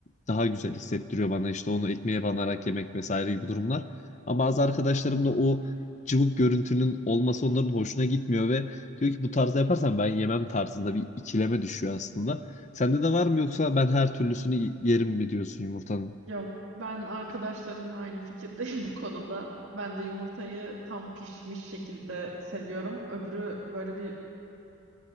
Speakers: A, on the left (about 35°); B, on the right (about 55°).
A: daha güzel hissettiriyor bana işte onu ekmeğe banarak yemek vesaire gibi durumlar. Ama bazı arkadaşlarım da o cıvık görüntünün olması onların hoşuna gitmiyor ve diyor ki bu tarzda yaparsan ben yemem tarzında bir ikileme düşüyor aslında. Sende de var mı yoksa ben her türlüsünü yerim mi diyorsun yumurtanın?
B: Yok, ben arkadaşlarımla aynı fikirdeyim <laughs> bu konuda. Ben de yumurtayı tam pişmiş şekilde seviyorum. Öbürü böyle bir